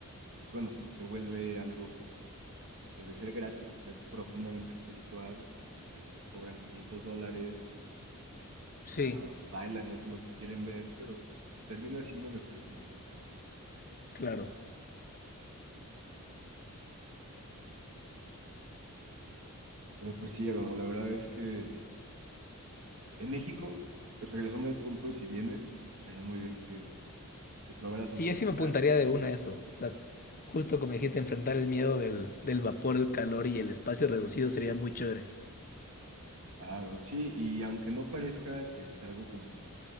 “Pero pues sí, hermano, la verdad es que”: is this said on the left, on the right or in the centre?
Right